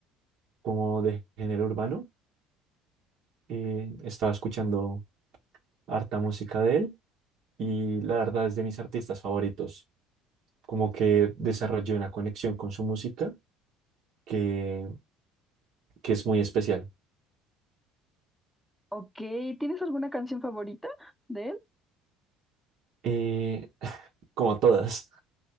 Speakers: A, on the right; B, in the centre.
A: como de género urbano. Eh, estaba escuchando harta música de él y la verdad es de mis artistas favoritos. Como que desarrollé una conexión con su música que, que es muy especial.
B: Ok, ¿tienes alguna canción favorita de él?
A: Eh, <laughs> como todas.